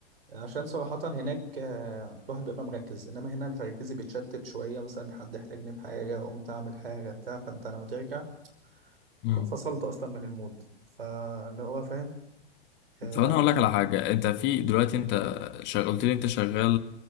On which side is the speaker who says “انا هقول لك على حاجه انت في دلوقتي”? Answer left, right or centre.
Left